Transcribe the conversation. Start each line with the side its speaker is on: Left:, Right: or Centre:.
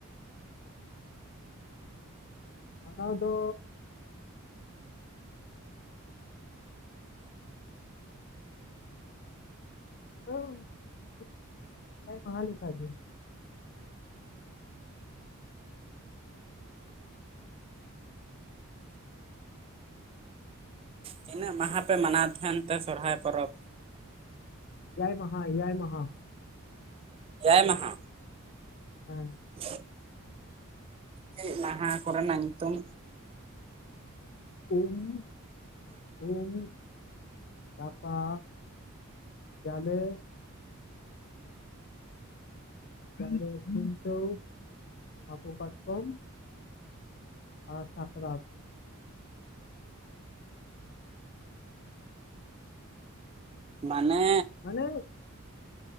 Left: ᱚᱱᱟ ᱫᱚ <unintelligible> ᱢᱟᱦᱟ ᱞᱮᱠᱟ ᱜᱮ
Right: ᱛᱤᱱᱟᱹᱜ ᱢᱟᱦᱟ ᱯᱮ ᱢᱟᱱᱟᱣ ᱛᱟᱦᱮᱱ ᱛᱮ ᱥᱚᱨᱦᱟᱭ ᱯᱚᱨᱚᱵᱽ
Left: ᱮᱭᱟᱭ ᱢᱟᱦᱟ ᱮᱭᱟᱭ ᱢᱟᱦᱟ
Right: ᱮᱭᱟᱭ ᱢᱟᱦᱟ
Left: ᱦᱮᱸ
Right: <inaudible> ᱪᱮᱫ ᱢᱟᱦᱟ ᱠᱚ ᱨᱮᱱᱟᱜ ᱧᱩᱛᱩᱢ
Left: ᱩᱢ, ᱩᱢ, ᱫᱟᱠᱟ᱾ ᱡᱟᱞᱮ ᱡᱟᱞᱮ, ᱠᱷᱩᱱᱴᱟᱹᱶ, ᱦᱟᱠᱩ ᱠᱟᱴᱠᱚᱢ ᱟᱨ ᱥᱟᱠᱨᱟᱛ
Right: ᱢᱟᱱᱮ
Left: ᱢᱟᱱᱮ